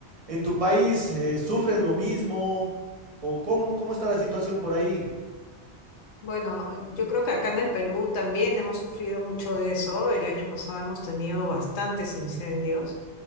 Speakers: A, on the right; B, on the left.
A: en tu país eh, sufren lo mismo o cómo, cómo está la situación por ahí.
B: Bueno, eh, yo creo que acá en el Perú también hemos sufrido mucho de eso. El año pasado hemos tenido bastantes incendios.